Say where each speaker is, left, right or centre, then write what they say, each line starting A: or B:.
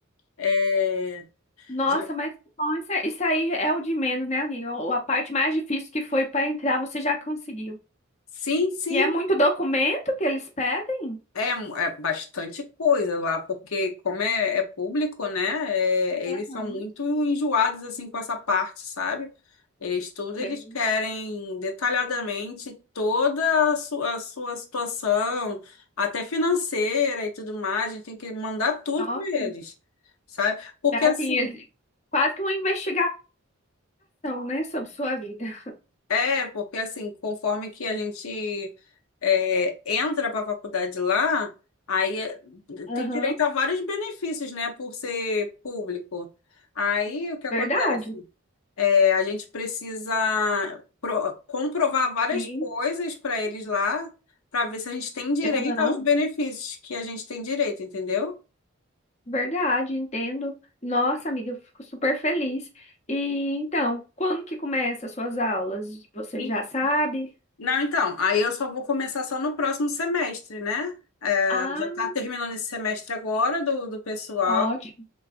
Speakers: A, on the left; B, on the left.
A: É,
B: Nossa,
A: já-
B: mas que bom, isso, é- isso aí é o de menos, né, amiga? O- A parte mais difícil que foi para entrar, você já conseguiu.
A: Sim, sim.
B: E é muito documento que eles pedem?
A: É, é bastante coisa lá, porque como é, é público, né? é- eles
B: Aham,
A: são muito enjoados assim com essa parte, sabe? Eles tudo
B: tem.
A: eles querem detalhadamente toda a sua, a sua situação, até financeira e tudo mais. A gente tem que mandar tudo
B: Nossa.
A: para eles, sabe? Porque
B: É
A: assim
B: assim, ele- quase que uma investigação, né, sobre sua vida.
A: É, porque assim, conforme que a gente é, entra para a faculdade lá, aí é,
B: Aham,
A: tem direito a vários benefícios, né, por ser público. Aí o que acontece?
B: verdade.
A: É, a gente precisa pro- comprovar várias
B: Sim,
A: coisas para eles lá, para ver se a gente tem direito
B: aham,
A: aos benefícios que a gente tem direito, entendeu?
B: verdade, entendo. Nossa, amiga, eu fico super feliz. E então, quando que começa as suas aulas? Você
A: E-
B: já sabe?
A: Não, então, aí eu só vou começar só no próximo semestre, né? É,
B: Ah,
A: já está terminando esse semestre agora do, do pessoal.
B: ótimo.